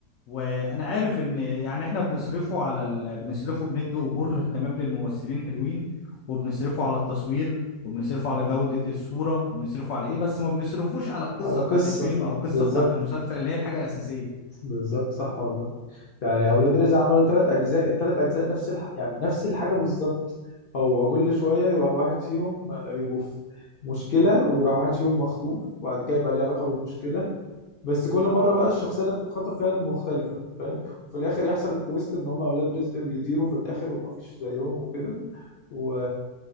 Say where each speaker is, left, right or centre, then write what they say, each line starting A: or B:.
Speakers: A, on the left; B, on the left.
A: وانا عارف ان يعني احنا بنصرفه على ال... بنصرفه بندوا اجور تمام للممثلين حلوين وبنصرفه على التصوير وبنصرفه على جودة الصورة وبنصرفه على ايه بس ما بنصرفوش على القصة
B: على قصة
A: بتاعت الفيلم او القصة
B: بالظبط
A: بتاعت المسلسل اللي هي الحاجة الأساسية
B: بالظبط صح والله يعني اولاد رزق عملوا ثلاث اجزاء الثلاث اجزاء نفس الح... يعني نفس الحاجه بالظبط هو كل شويه يروح واحد فيهم آه، يبقوا في مشكله ويروح واحد فيهم مخطوف وبعد كده يبقى ليه علاقه بالمشكله بس كل مره بقى الشخصيه اللي بتتخطف فيها المختلفه فاهم وفي الاخر يحصل التويست ان هم اولاد رزق بيطيروا في الاخر ومفيش زيهم وكده و...